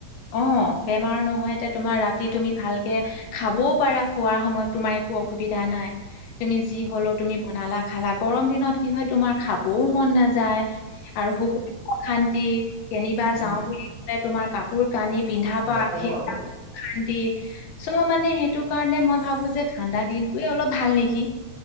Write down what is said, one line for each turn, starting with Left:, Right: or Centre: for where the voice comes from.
Left: অ', বেমাৰ নহয় এতিয়া তোমাৰ ৰাতি তুমি ভালকে খাবও পাৰা। খোৱাৰ সময়ত তোমাৰ একো অসুবিধা নাই। তুমি যি হলেও, তুমি বনালা খালা গৰম দিনত কি হয় তোমাৰ খাবও মন নাযায়। আৰু সুখ অশান্তি কেনিবা
Right: উম
Left: যাও বুলি কলে তোমাৰ কাপ কানি পিন্ধা পা
Right: নকব
Left: সেইবিলাক
Right: আৰু
Left: অশান্তি। চ' মানে সেইটো কাৰণে মই ভাবো যে ঠাণ্ডা দিনটোয়ে অলপ ভাল নেকি?